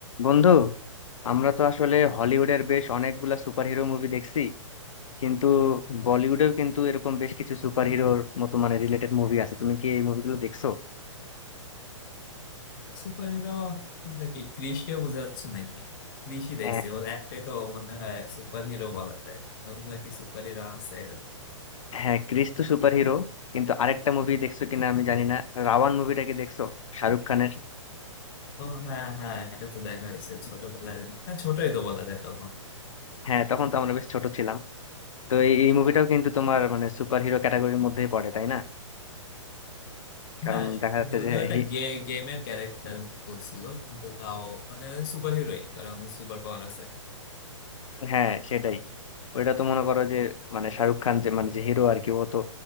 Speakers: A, on the left; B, on the left.
A: বন্ধু আমরা তো আসলে হলিউডের বেশ অনেকগুলা সুপারহিরো মুভি দেখছি কিন্তু বলিউডেও কিন্তু এরকম বেশ কিছু সুপারহিরোর মতো মানে রিলেটেড মুভি আছে তুমি কি এই মুভিগুলো দেখছো
B: Super hero নাকি ক্রিশকে বোঝাচ্ছ নাকি ক্রিশই দেখছি
A: হ্যাঁ
B: ওর একটাই তো মনে হয় সুপার হিরো বলা যায় ওগুলা কি সুপার হিরো আছে এরকম?
A: হ্যাঁ ক্রিস তো সুপারহিরো কিন্তু আরেকটা মুভি দেখছো কিনা আমি জানি না রাওয়ান মুভিটা কি দেখছো শাহরুখ খানের
B: ও হ্যাঁ হ্যাঁ এটা তো দেখা হয়েছে ছোটবেলায় হ্যাঁ ছোটই তো বলা যায় তখন
A: হ্যাঁ তখন তো আমরা বেশ ছোট ছিলাম তো এই এই মুভিটাও কিন্তু তোমার মানে সুপারহিরো ক্যাটাগরির মধ্যেই পড়ে তাই না কারণ
B: হ্যাঁ
A: দেখা যাচ্ছে
B: যদিও
A: যে
B: এটা
A: হি-
B: গে গেমের ক্যারেক্টার বলছিল কিন্তু তাও মানে সুপার হিরোই কারণ সুপার পাওয়ার আছে
A: হ্যাঁ সেটাই ওইটা তো মনে করো যে মানে শাহরুখ খান যে মানে যে হিরো আর কি ও তো